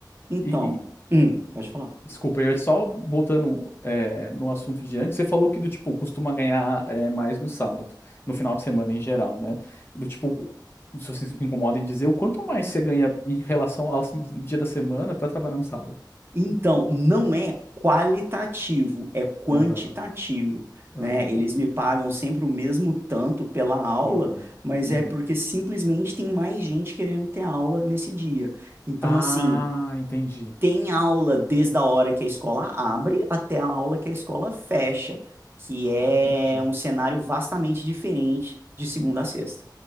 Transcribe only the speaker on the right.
Então,
hum, pode falar.
Então, não é qualitativo, é quantitativo,
né? Eles me pagam sempre o mesmo tanto pela aula,
mas
é porque simplesmente tem mais gente querendo ter aula nesse dia. Então,
assim,
tem aula desde a hora que a escola abre até a aula que a escola fecha, que é
um cenário vastamente diferente de segunda a sexta.